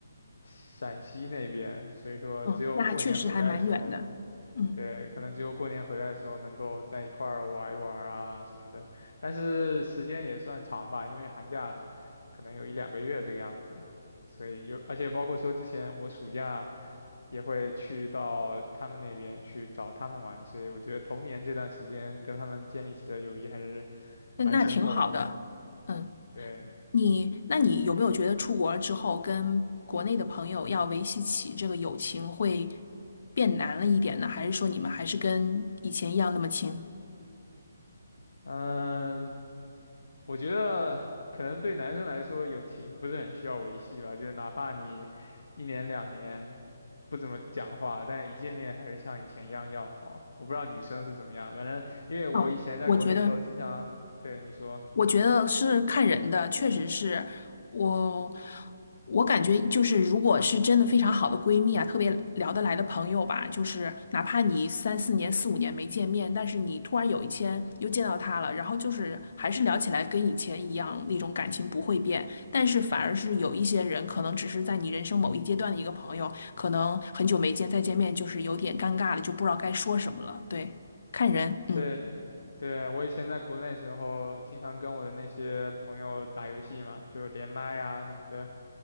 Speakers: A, on the left (about 80°); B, on the left (about 45°).
A: 陕西那边，所以说只有过年回来的时候，
B: 嗯，那还确实还蛮远的。嗯，
A: 对，可能只有过年回来的时候能够在一块儿玩一玩啊什么的。但是时间也算长吧，因为寒假可能有一两个月这个样子，所以有，而且包括说之前我暑假。也会去到他们那边去找他们玩，所以我觉得童年这段时间跟他们建立起的友谊还是
B: 那那挺好的。
A: 蛮深厚的。
B: 嗯。
A: 对，
B: 你，那你有没有觉得出国了之后，跟国内的朋友要维系起这个友情会变难了一点呢？还是说你们还是跟以前一样那么亲？
A: 嗯，我觉得可能对男生来说，友情不是很需要维系吧，就是哪怕你一年两年不怎么讲话，但是一见面还是像以前一样要好。我不知道女生是怎么样，反正因为我以前在国内的时候，
B: 哦，我觉得，
A: 经常，对，你说。
B: 我觉得是看人的，确实是我，我感觉就是，如果是真的非常好的闺蜜啊，特别聊得来的朋友吧，就是哪怕你三四年、四五年没见面，但是你突然有一天又见到她了，然后就是还是聊起来跟以前一样，那种感情不会变，但是反而是有一些人可能只是在你人生某一阶段的一个朋友，可能很久没见，再见面就是有点尴尬了，就不知道该说什么了。对，看人，嗯，
A: 对，对，我以前在国内时候，经常跟我的那些朋友打游戏嘛，就连麦啊什么的，